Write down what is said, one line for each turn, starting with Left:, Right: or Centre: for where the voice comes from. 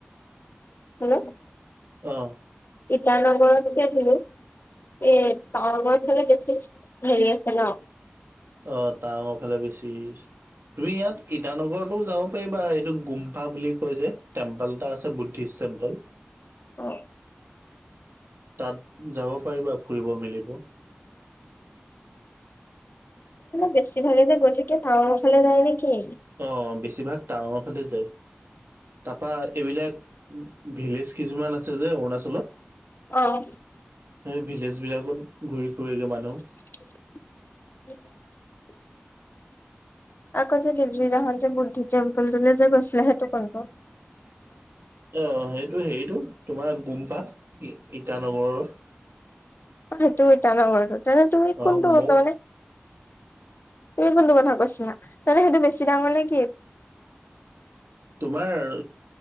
Left: হুম,
Right: অ,
Left: ইটানগৰত গোটেই ঘূৰিলোঁ। এ তাৱাংঙৰ পিনে বেছি হেৰি আছে ন।
Right: অ তাৱাংঙৰ ফালে বেছি। তুমি ইয়াত ইটানগৰতো যাব পাৰিবা এইটো গুমফা বুলি কয় যে টেম্পল এটা আছে বু ধিছ ষ্টেম্পল।
Left: অ।
Right: তাত যাব পাৰিবা ফুৰিব মেলিব।
Left: বেছি ভাগে যে গৈ থাকে ৰৱাঙৰ ফালে যাই নেকি?
Right: অ বেছিভাগ টাৱাঙৰ ফালে যায়। তাৰপা এইবিলাক ভিলেজ কিছুমান আছে যে অৰুণাচলত।
Left: অহ।
Right: সেই ভিলেজ বিলাকত ঘূৰি ফুৰেগে মানুহ।
Left: <unintelligible> আকৌ যে যোনদিনা খন যে মোৰ বুদ্ধ তেম্পললে যে গৈছিলে সেইটো কোনটো?
Right: অ সেইটো হেৰিতটো তোমাৰ গুম্পা ইটানগৰৰ।
Left: অ সেইটো ইটানগৰৰ তেনে তুমি
Right: অ',
Left: কোনটো
Right: মৌ
Left: মানে তুমি কোনটো কথা কৈছা? তামানে সেইটো বেছি ডাঙৰ নে কি?
Right: তোমাৰ